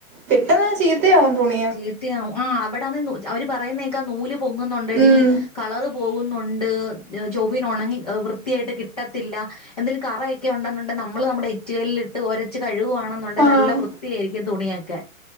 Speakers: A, on the right (about 15°); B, on the left (about 30°).
A: പെട്ടെന്നങ്ങ് ചീത്തയാവും തുണി
B: ചീത്തയാവു ആഹ് അവടാന്നെ അവര് പറയുന്നേക്കാ നൂല് പൊങ്ങുന്നുണ്ടെടീ
A: ഉം
B: കളറ് പോവുന്നുണ്ട് ഏഹ് ചൊവ്വിന് ഒണങ്ങി ഏഹ് വൃത്തിയായിട്ട് കിട്ടത്തില്ല എന്തേലും കറയെക്കെ ഉണ്ടെന്നുണ്ടെ നമ്മള് നമ്മടെ എറ്റ് കല്ലിലിട്ട് ഒരച്ച് കഴ്കുവാണെ ന്നുണ്ടേ
A: ആഹ്
B: നല്ല വൃത്തിയാരിക്കും തുണിയൊക്കെ